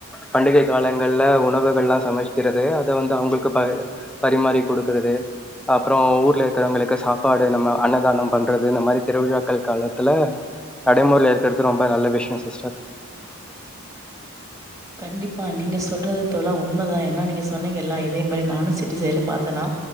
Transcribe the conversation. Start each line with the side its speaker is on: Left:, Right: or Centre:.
Centre: பண்டிகை காலங்கள்ல உணவுகள் எல்லாம் சமைச்சக்கிறது அதை வந்து அவங்களுக்கு ப பரிமாறி கொடுக்குறது அப்புறம் ஊர்ல இருக்கிறவங்களுக்கு சாப்பாடு நம்ம அன்னதானம் பண்றது இந்த மாதிரி திருவிழாக்கள் காலத்துல நடைமுறையில் இருக்கறது ரொம்ப நல்ல விஷயம் சிஸ்டர்
Right: கண்டிப்பா நீங்க சொல்றது தோல்லாம் உண்மைதான் ஏன்னா நீங்க சொன்னீங்கல்லாம் இதே மாதிரி நானும் சிட்டிசைல பார்த்தேன்னா